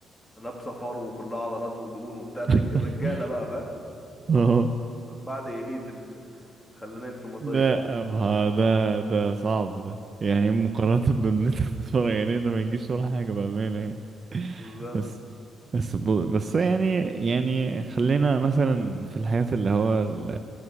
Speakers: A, in the centre; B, on the right (about 40°).
A: لابسة فرو وكلها عضلات ودهون وبتاع الرج-
B: <laughs>
A: الرجالة بقى فاهم
B: اه
A: بعد إليت اللي خلاني تروماتايزد
B: لا ما ده ده صعب ده يعني مقارنة <laughs> باللي انت بتتفرج عليه ده ما يجيش ولا حاجة بأمانة
A: مم.
B: يعني
A: بالظبط
B: بس بس ب- بس يعني يعني خلينا مثلا في الحاجات اللي هو ال-